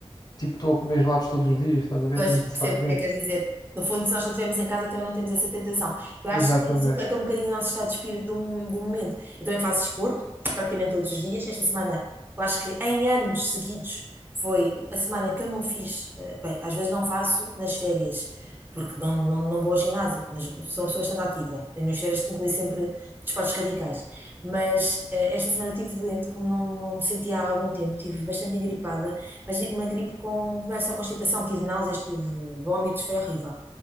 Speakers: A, on the left (about 40°); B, on the right (about 20°).
A: tipo estou a comer gelados todos os dias, estás a ver,
B: Pois,
A: desnecessariamente.
B: percebo o que é que queres dizer. No fundo, se nós não estivermos em casa, também não temos essa tentação. Eu acho
A: Exatamente.
B: que isso reflete um bocadinho o nosso estado de espírito do, do momento. Eu também faço desporto, praticamente todos os dias. Esta semana, eu acho que em anos seguidos, foi a semana que eu não fiz. eh, Bem, às vezes não faço nas férias, porque não, não, não vou ao ginásio, mas sou, sou bastante ativa. As minhas férias incluem sempre desportos radicais. Mas eh, esta semana eu estive doente, como não, não me sentia há algum tempo, estive bastante engripada mas uma gripe com, que não era só constipação, tive náuseas, tive vómitos, foi horrível.